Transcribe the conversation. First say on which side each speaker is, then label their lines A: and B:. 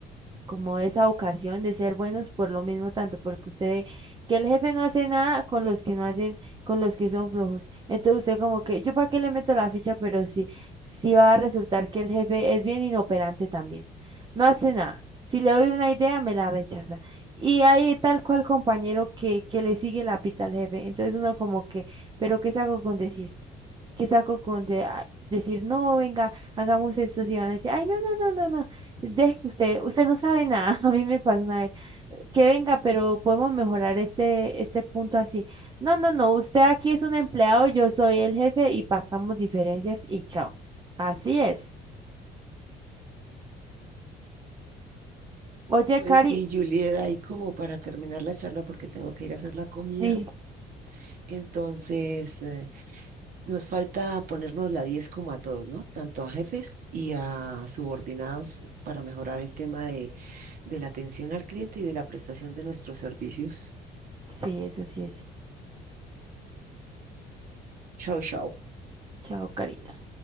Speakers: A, on the right (about 25°); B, on the right (about 60°).
A: como esa ocasión de ser buenos por lo mismo tanto, porque usted ve que el jefe no hace nada con los que no hacen, con los que son flojos. Entonces usted como que, ¿yo para qué le meto la ficha? Pero sí, sí va a resultar que el jefe es bien inoperante también. No hace nada. Si le doy una idea, me la rechaza. Y hay tal cual compañero que, que le sigue la pita al jefe. Entonces uno como que, ¿pero qué saco con decir? que saco con de- a- decir, no, venga, hagamos esto, si van a decir, ay, no, no, no, no, no, deje que usted, usted no sabe nada, <laughs> a mí me pasó una vez, que venga, pero podemos mejorar este, este punto así, no, no, no, usted aquí es un empleado, yo soy el jefe y partamos diferencias y chao, así es. Oye,
B: Pues
A: Cari,
B: sí, Julieta, y como para terminar la charla porque tengo que ir a hacer la comida.
A: sí,
B: Entonces, eh, nos falta ponernos la 10 como a todos, ¿no? Tanto a jefes y a subordinados para mejorar el tema de, de la atención al cliente y de la prestación de nuestros servicios.
A: sí, eso sí es,
B: Chao, chao.
A: chao, Karina.